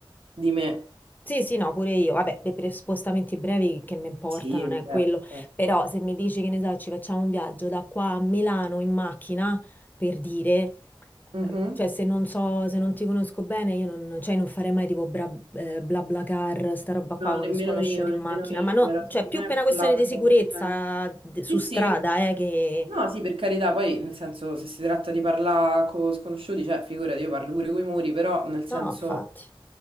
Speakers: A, on the right; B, on the left.
A: di me.
B: Sì, sì, no, pure io. Vabbè, per per spostamenti brevi che mi importa,
A: Sì,
B: non
A: vabbè.
B: è quello.
A: certo.
B: Però se mi dici che ne so, ci facciamo un viaggio da qua a Milano in macchina, per dire,
A: Mhm.
B: eh, cioè se non so, se non ti conosco bene, io non, cioè, non farei mai tipo bla, eh, BlaBlaCar, sta roba
A: No,
B: qua con
A: nemmeno
B: lo sconosciuto
A: io, nemmeno
B: in macchina.
A: io,
B: Ma no,
A: non me la sono
B: cioè più
A: mai
B: per
A: accollata
B: una questione di sicurezza
A: una cosa del genere.
B: de-
A: Sì,
B: su
A: sì.
B: strada, eh, che...
A: No, sì, per carità, poi nel senso se si tratta di parlare con sconosciuti, cioè figurati, io parlo pure coi muri, però nel senso
B: No, infatti.